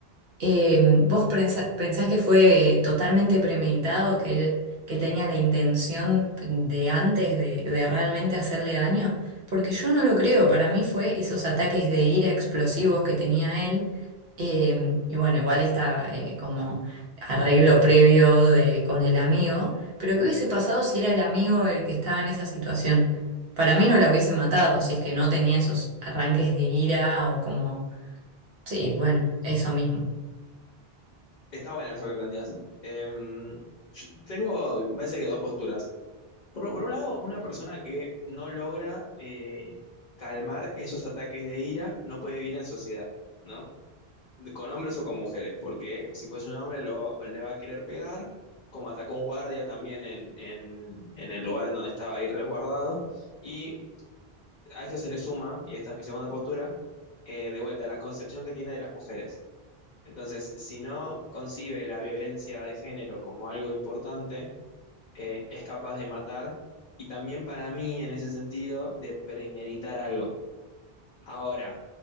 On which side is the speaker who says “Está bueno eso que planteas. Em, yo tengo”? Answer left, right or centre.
Left